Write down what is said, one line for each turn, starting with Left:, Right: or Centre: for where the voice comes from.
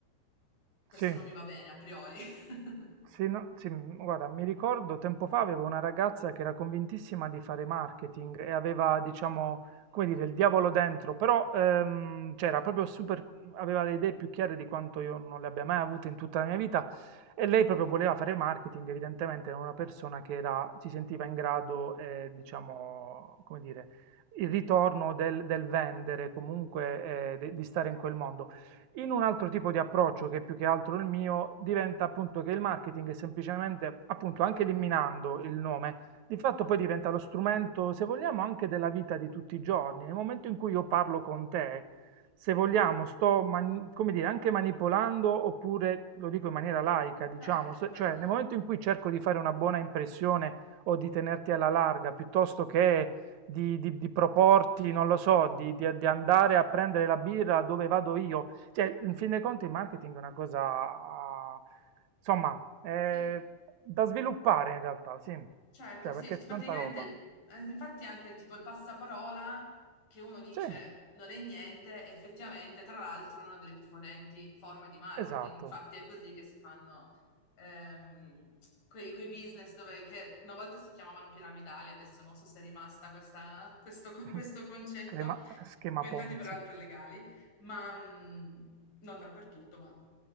Left: questo
Right: sì.
Left: non mi va bene a priori. <laughs>
Right: Sì, no, sì, mm, guarda, mi ricordo tempo fa avevo una ragazza che era convintissima di fare marketing e aveva, diciamo, come dire, il diavolo dentro, però ehm, cioè, era proprio super, aveva le idee più chiare di quanto io non le abbia mai avute in tutta la mia vita e lei proprio voleva fare marketing, evidentemente era una persona che era, si sentiva in grado, eh, diciamo, come dire, il ritorno del, del vendere, comunque eh, de- di stare in quel mondo. In un altro tipo di approccio, che è più che altro il mio, diventa appunto che il marketing è semplicemente, appunto, anche eliminando il nome, di fatto poi diventa lo strumento, se vogliamo, anche della vita di tutti i giorni. Nel momento in cui io parlo con te, se vogliamo, sto, man- come dire, anche manipolando, oppure lo dico in maniera laica, diciamo,
Left: Certo,
Right: se-
Left: certo,
Right: cioè nel momento in cui cerco di fare una buona impressione o di tenerti alla larga, piuttosto che di, di- di proporti, non lo so, di di- di andare a prendere la birra dove vado io, cioè, in fin dei conti il marketing è una cosa, insomma, eh,
Left: sì,
Right: da sviluppare in realtà, sì.
Left: certo,
Right: Cioè,
Left: sì,
Right: perché è
Left: praticamente,
Right: tanta roba.
Left: il- eh, infatti anche il tipo il passaparola che uno dice
Right: Sì,
Left: non è niente, effettivamente, tra l'altro, è una delle più potenti forme di marketing,
Right: esatto.
Left: infatti è così che si fanno ehm, quei, quei business dove, che una volta si chiamavano piramidali, adesso non so se è rimasta questa- questo, <laughs>
Right: <laughs>
Left: questo concetto,
Right: Schema, schema
Left: diventati
Right: Ponzi.
Left: peraltro illegali, ma mh, non dappertutto, ma